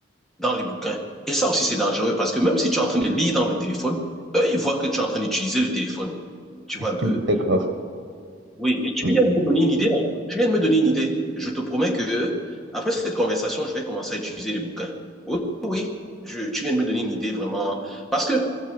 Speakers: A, in the centre; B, on the right.
A: dans les bouquins. Et ça aussi, c'est dangereux parce que même si tu es en train de lire dans le téléphone, eux, ils voient que tu es en train d'utiliser le téléphone. Tu
B: <laughs>
A: vois un peu.
B: D'accord.
A: Oui, et tu
B: Mm.
A: viens de me donner une idée là. Tu viens de me donner une idée. Je te promets que après cette conversation, je vais commencer à utiliser les bouquins. Oui, oui, oui. je- tu viens de me donner une idée vraiment. Parce que